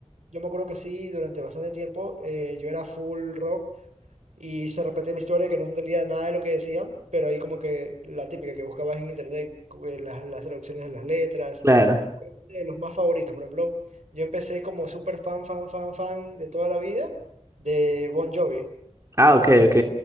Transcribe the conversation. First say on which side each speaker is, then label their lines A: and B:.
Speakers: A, on the right; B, on the right.
A: Yo me acuerdo que sí, durante bastante tiempo eh, yo era full rock y se repetía la historia que no se entendía nada de lo que decían, pero ahí como que la típica que buscabas en internet, eh, las, las traducciones de las letras,
B: Claro.
A: obviamente de los más favoritos. Por ejemplo, yo empecé como súper fan, fan, fan, fan de toda la vida de Bon Jovi.
B: Ah, ok, ok.